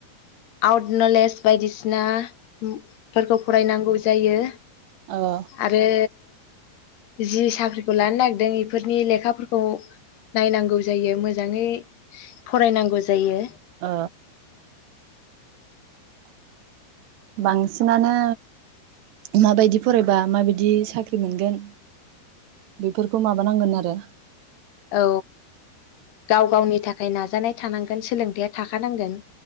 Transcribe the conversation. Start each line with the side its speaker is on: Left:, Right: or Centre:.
Left: आउट नलेज बायदिसिना, उम फोरखौ फरायनांगौ जायो।
Right: ओ
Left: आरो जि साख्रिखौ लानो नागिरदों इफोरनि लेखाफोरखौ नायनांगौ जायो मोजाङै फरायनांगौ जायो।
Right: ओ बांसिनानो माबायदि फरायबा माबायदि साख्रि मोनगोन बेफोरखौ माबानांगोन आरो
Left: औ गाव गावनि थाखाय नाजानाय, थानांगोन सोलोंथाइया थाखानांगोन,